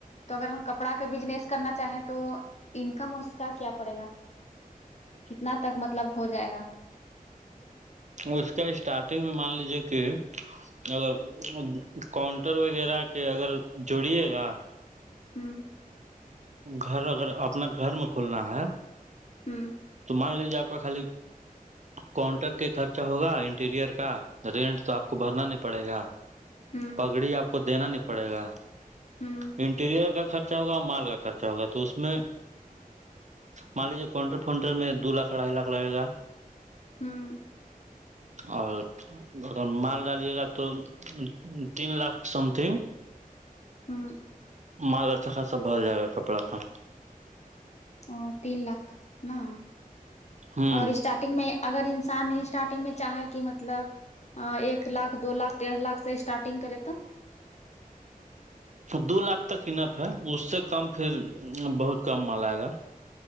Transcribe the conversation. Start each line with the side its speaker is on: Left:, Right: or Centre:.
Left: تو اگر ہم کپڑا کا بزنس کرنا چاہیں تو انکم اس کا کیا پڑے گا کتنا تک مطلب ہو جائے گا
Right: اس کا اسٹارٹنگ میں مان لیجیے کہ اگر کاؤنٹر وغیرہ کے اگر جوڑیے گا
Left: ہوں
Right: گھر اگر اپنا گھر میں کھلنا ہے
Left: ہوں
Right: تو مان لیجیے آپ کا خالی کاؤنٹر کے خرچ ہوگا انٹیریئر کا رینٹ تو آپ کو بھرنا نہیں پڑے گا
Left: ہوں
Right: گڑی آپ کو دینا نہیں پڑے گا
Left: ہوں
Right: انٹیریئر کا خرچ رچا ہوگا مال کا خرچا ہوگا تو اس میں مان لیجیے کونٹر فنٹر میں دو لاکھ اڑھائی لاکھ لے گا
Left: ہوں
Right: اور اگر مال ڈالیے گا تو تین لاکھ سمتھنگ
Left: ہوں
Right: مال اچھا خاصا بھر جائے گا کپڑا کا
Left: اور تین لاکھ ہاں
Right: ہوں
Left: اگر اسٹارٹ گ میں اگر انسان نے اسٹارٹنگ میں چاہے کہ مطلب ہاں ایک لاکھ دو لاکھ دیڑھ لاکھ سے اسٹارٹنگ کرے تو
Right: دو لاکھ تک انف ہے اس سے کم پھر بہت کم مال آئے گا